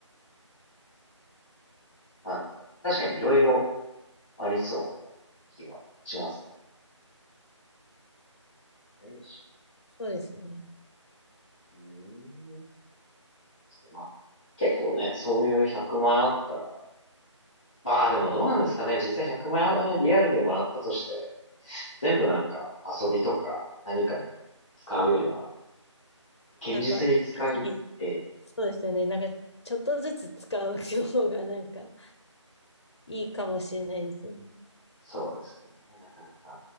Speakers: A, on the left; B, on the left.
A: まあ、なんか確かにいろいろありそうな気はしますね。マレーシ
B: そうですね。
A: アうーん。まあ、結構ね、そういう100万円あったら、まあでもどうなんですかね。実際100万円リアルでもらったとして、全部なんか遊びとか何かに使うよりは、堅実に使い、
B: なんか、ついつい
A: ええ、
B: そうですよね。なんか、ちょっとずつ使う方がなんかいいかもしれないですよね。
A: そうですね。なかなか。